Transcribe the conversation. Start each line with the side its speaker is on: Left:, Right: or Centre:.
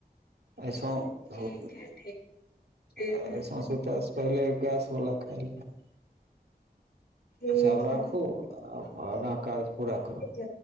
Right: अच्छा <unintelligible>
Left: ठीक
Right: सौ
Left: है ठीक ठीक
Right: अ
Left: है
Right: सौसूतासँ पहिले गैसवला खााय ले <unintelligible>
Left: ठीक
Right: अच्छा अब राखू
Left: है
Right: आगाँ कारज पूरा
Left: ठीक
Right: करू
Left: है